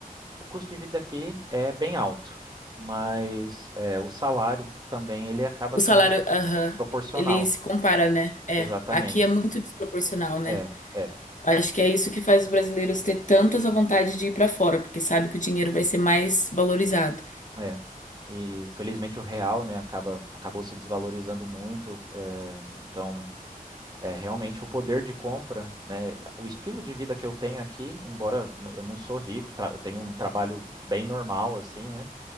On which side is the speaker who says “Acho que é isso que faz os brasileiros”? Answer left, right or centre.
Left